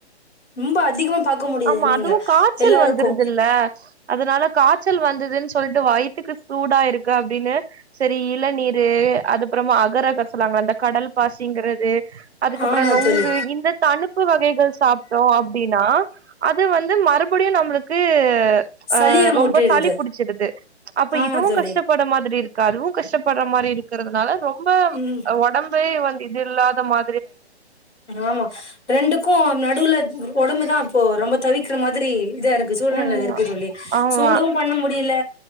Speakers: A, on the left (about 80°); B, on the right (about 70°).
A: ரொம்ப அதிகமா பாக்க முடியுது
B: ஆமா
A: நீங்க
B: அதுவு காய்ச்சல்
A: எல்லாருக்கு
B: வந்துருதுல்ல அதனால காய்ச்சல் வந்ததுன்னு சொல்லிட்டு வயத்துக்கு சூடா இருக்க அப்படின்னு சோரி இளநீரு அதுப்புறமா அகரக சொலாங்களா அந்த கடல் பாசிங்கிறது அதுக்கப்புற
A: ஆமா
B: நுங்கு
A: தோழி
B: இந்த தனிப்பு வகைகள் சாப்பிட்டோ அப்படின்னா அது வந்து மறுபடியு நம்மளுக்கு ஆ
A: சளிய மூட்டிடுது
B: ரொம்ப சளி புடிச்சிருது அப்ப
A: ஆமா
B: இதுவு
A: தோழி
B: கஷ்டப்பட மாதிரி இருக்காதுவு கஷ்டப்பட்ற மாரி இருக் இருறதுனால ரொம்ப
A: ம்
B: உடம்பே வந்து இல்லாத மா
A: ஆமா ரெண்டுக்கு நடுவுல ம் ஒடம்பு தா இப்போ ரொம்ப தவிக்கிற மாதிரி இதா இருக்கு சூழ்நிலில
B: ம்
A: இருக்கு தோழி
B: ஆமா
A: சூடும் பண்ண முடியல